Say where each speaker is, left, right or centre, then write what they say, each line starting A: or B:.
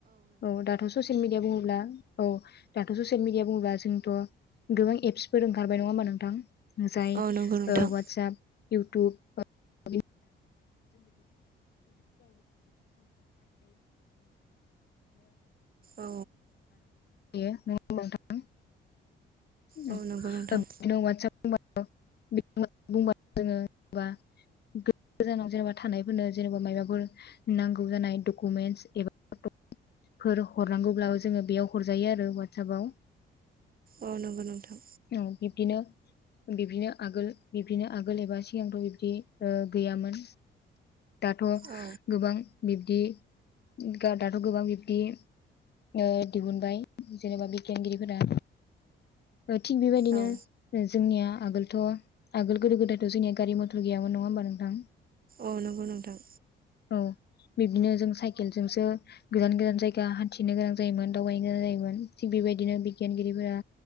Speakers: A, on the left (about 55°); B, on the right (about 45°).
A: औ दाथ' ससियेल मिडिया बुङोब्ला औ दाथ' ससियेल मिडिया बुङोब्ला जोंथ' गोबां एप्सफोर ओंखारबाय नङा हामा नोंथां? जाय
B: औ नंगौ नोंथां
A: वाटसाप इउ टुब। <unintelligible> <unintelligible>
B: औ
A: दयो नों नोंथां <unintelligible>
B: औ नंगौ नोंथां
A: बुंबा जोङो जेनबा गोजानाव जेनेबा थानायफोरनो जेनेबा मबाफोर नांगौ जानाय डकुमेन्टस एबा फोर हरनांगौब्ला जोङो बेयाव हरजायो आरो वाटसपआव
B: औ नंगौ नोंथां
A: औ बिब्दिनो बिब्दिनो आगोल बिब्दिनो आगोल एबा सिगांथ' बिब्दि ओ गैयामोन दाथ'
B: औ
A: गोबां बिब्दि दाथ' गोबां बिब बिदि ओ दिहुनबाय जेनेबा बिगियानगिरिफोरा थिग बेबायदिनो
B: औ
A: जोंनिया आगोलथ' आगोल गोदो गोदायथ' जोंनिया गारि मथर गैयामोन नङा होमबा नोंथां?
B: औ नंगौ नोंथां
A: औ बिब्दिनो जों साइकेल जोंसो गोजान गोजान जायगा हान्थिनो गोनां जायोमोन दावबायनो गोनां जायोमोन थिग बेबायदिनो बिगियानगिरिफोरा